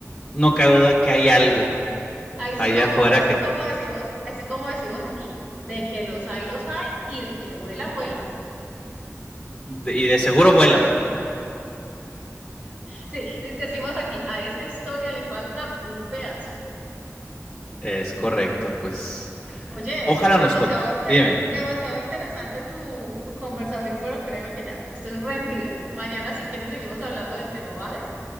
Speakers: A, in the centre; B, on the right.
A: No cabe duda que hay algo
B: Ahí
A: allá
B: sí como,
A: afuera
B: ahí sí
A: que...
B: como decimos, ahí sí como decimos aquí, de que los hay, los hay, y de que vuelan, vuelan.
A: y de seguro vuelan.
B: Sí, de- decimos aquí, a esa historia le falta un pedazo.
A: Es correcto, pues...
B: Oye,
A: Ojalá
B: demasiado,
A: nos toque.
B: inte-
A: Dime.
B: demasiado interesante tu, tu conversación, pero créeme que ya, estoy rendida. Mañana si quieres seguimos hablando del tema, ¿vale?